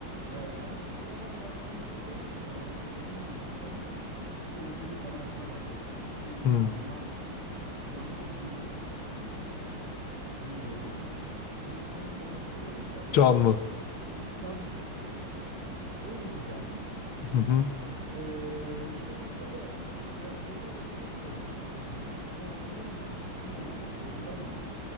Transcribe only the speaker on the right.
E, ama buralara baktığında da e, dediğim gibi insanın içgüdüsü olduğunu kanaatine varıyoruz. Yani bir şeye
inanma, inanmaya meyilli bir e, ne diyelim insan demek istemiyorum da öyle
bir canlı. Evet çok güzel dedin. Öyle bir canlı.
Ee, işte burada da ya sorulacak çok soru var dediğim gibi. Ya o zaman biz bir dine inanmak zorunda mıyız?